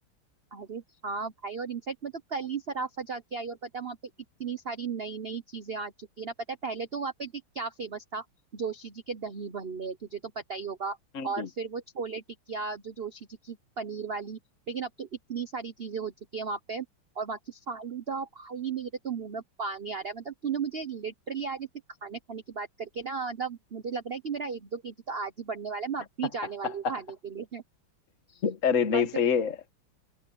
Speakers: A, on the right (about 55°); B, on the left (about 40°).
A: अरे हाँ भाई और इनफैक्ट मैं तो कल ही सराफा जाके आई और पता है वहां पे इतनी सारी नई नई चीजें आ चुकी है ना पता है पहले तो वहां पे देख क्या फेमस था जोशी जी के दही भल्ले तुझे तो पता ही होगा
B: हम्म।
A: और फिर वो छोले टिकिया जो जोशी जी की पनीर वाली लेकिन अब तो इतनी सारी चीजें हो चुकी है वहां पे और वहां की फालूदा भाई मेरे तो मुंह में पानी आ रहा है मतलब तूने मुझे लिटरली आज ऐसे खाने खाने की बात करके ना मतलब मुझे लग रहा है कि मेरा एक दो केजी तो आज ही बढ़ने वाला है मैं अब
B: <laughs>
A: भी जाने वाली हूँ खाने के लिए
B: अरे
A: <laughs>
B: नहीं
A: बट
B: सही है